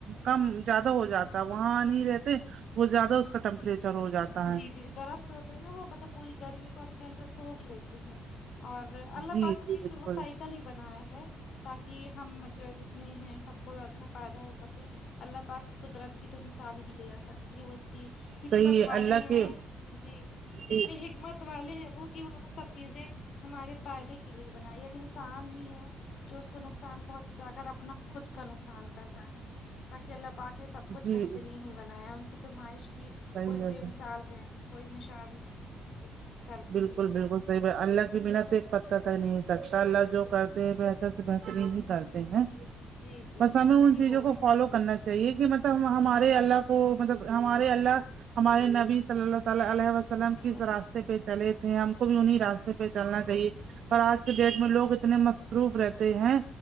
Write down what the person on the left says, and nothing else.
جی
جی جو درخت ہوتے ہیں نہ وہ پت پوری گرمی کو اپنے اندر سوکھ لیتے ہیں اور اللہ
پاک
نے ایک
وہ سائیکل ہی بنایا ہے تاکہ ہم جو جتنے ہیں سب کو اچھا فائدہ ہو سکے اللہ پاک کی قدرت کی تو مثال ہی نہیں دی جا سکتی ہے وہ دی حکمت
والے
ہیں
جی
اتنے حکمت والے ہیں وہ کہ انہوں نے سب چیزیں ہمارے فائدے کے لیےہی بنائی ہے اب انسان ہی ہے جو اس کو نقصان پہنچا کر اپنا خود کا نقصان کر رہے ہیں باقی اللہ پاک نے سب کچھ
بہترین ہی بنایا ہے ان کی نمائش کی
کوئی
بے مثال ہے کوئی مثال ہی نہیں کرم
کی
جی جی
جی
صحیح
بول
رہی
ہیں
آپ